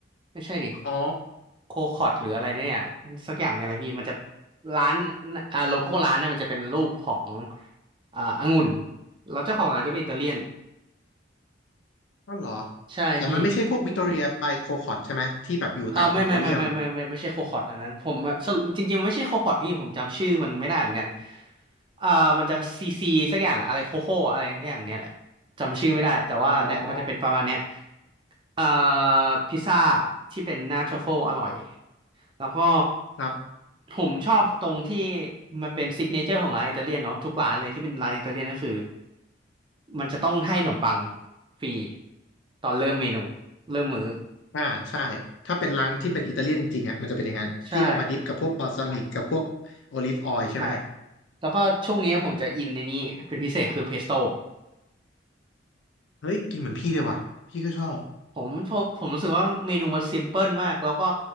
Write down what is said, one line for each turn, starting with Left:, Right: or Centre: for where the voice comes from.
Right: ไม่ใช่ดิ
Left: อ๋อ
Right: โคคอร์ดหรืออะไรเนี่ยสักอย่างเนี่ยแหละพี่มันจะร้านอ่าโลโก้ร้านเนี่ยมันจะเป็นรูปของอ่าองุ่นแล้วเจ้าของร้านจะเป็นอิตาเลียน
Left: ก็เหรอ
Right: ใช่พี่
Left: แต่มันไม่ใช่พวกวิกตอเรียบายโคคอตใช่ไหมที่แบบอยู่ตามเอ็มโพเรียม
Right: เออไม่ไม่ไม่ไม่ไม่ไม่ไม่ไม่ใช่โคคอร์ดอันนั้นผมสรุปจริงๆมันไม่ใช่โคคอร์ดพี่ผมจำชื่อมันไม่ได้เหมือนกันเอ่อมันจะซีซีสักอย่างอะไรโคโค่อะไรสักอย่างเนี้ยแหละจำชื่อไม่ได้แต่ว่าเนี่ยมันจะเป็นประมาณเนี้ย
Left: อ๋อ
Right: เอ่อพิซซ่าที่เป็นหน้าทรัฟเฟิลอร่อย แล้วก็
Left: ครับ
Right: ผมชอบตรงที่มันเป็นซิกเนเจอร์ของร้านอิตาเลียนเนาะทุกร้านเลยที่เป็นร้านอิตาเลียนก็คือมันจะต้องให้ขนมปังฟรีตอนเริ่มเมนูเริ่มมื้อ
Left: อ่าใช่ ถ้าเป็นร้านที่เป็นอิตาเลียนจริงๆอ่ะมันจะเป็นอย่างนั้น
Right: ใช่
Left: ที่เอามาดิปกับพวกบาลซามิกกับพวกโอลิฟออยล์ใช่ไหม
Right: ใช่แล้วก็ช่วงนี้ผมจะอินในนี้เป็นพิเศษคือเพสโต้
Left: เฮ้ย กินเหมือนพี่เลยว่ะ พี่ก็ชอบ
Right: ผมผมผมรู้สึกว่าเมนูมันซิมเพิลมากแล้วก็